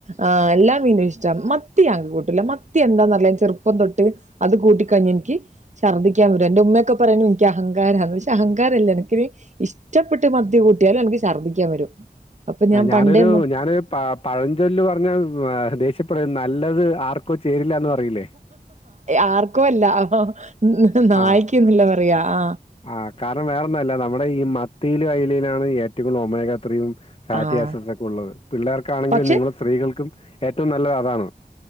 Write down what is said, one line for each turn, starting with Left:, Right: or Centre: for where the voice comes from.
Right: ആ എല്ലാം മീനും ഇഷ്ടം മത്തി ഞാൻ കൂട്ടില്ല മത്തി എന്താന്ന്റിയില്ല ചെറുപ്പം തൊട്ട് അത് കൂട്ടിക്കഴിഞ്ഞ എനിക്ക്ഛർദിക്കാൻ വരും എന്റെ ഉമ്മയൊക്കെ പറിണു എനിക്ക് അഹ അഹങ്കാരാന്ന് പക്ഷെ അഹങ്കാരന്ന്അഹങ്കാരല്ല എനക്ക് ഇഷ്ടപ്പെട്ട് മത്തി കൂട്ടിയാലും എനിക്ക് ഛദ്ദിക്കാൻ വരും. അപ്പൊ
Left: ആ
Right: ഞാൻ
Left: ഞാനൊരു
Right: പണ്ടേ
Left: ഞാന് അ പഴഞ്ചൊല്ല്പറഞ്ഞാൽ ദേഷ്യപ്പെട നല്ലത് ആർക്കോ ചേരില്ല എന്ന് പറയില്ല
Right: ആർക്കോ അല്ല ഉ നായി്ക്കുന്നില്ല
Left: ആഹ്
Right: പറയാ ആ
Left: ആഹ് കാരണം വേറൊന്നുമല്ല നമ്മുടെ ഈ മത്തിയില അയിലയിലാണ് ഏറ്റവുംഒമേഗ ത്രിയും ഫാറ്റിാസസൊക്കെ
Right: ആഹ്
Left: ഉള്ളത് പിള്ളേർക്കാണെങ്കിൽ
Right: പക്ഷെ
Left: നിങ്ങൾ സ്ത്രീകൾക്കും ഏറ്റവും നല്ലത് അതാണ്.